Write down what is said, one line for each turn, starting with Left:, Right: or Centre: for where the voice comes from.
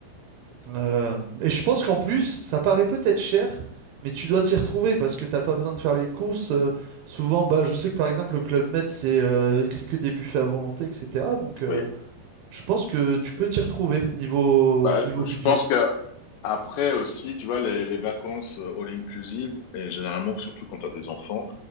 Right: Euh, et je pense qu'en plus, ça paraît peut-être cher, mais tu dois t'y retrouver parce que t'as pas besoin de faire les courses. euh, souvent, bah, je sais que par exemple, le Club Med, c'est euh, c'est que des buffets à volonté, etc. Donc, euh,
Left: oui.
Right: je pense que tu peux t'y retrouver niveau,
Left: Bah,
Right: niveau
Left: je
Right: budget.
Left: pense que après aussi, tu vois, les, les vacances euh, all inclusive, et généralement, surtout quand t'as des enfants,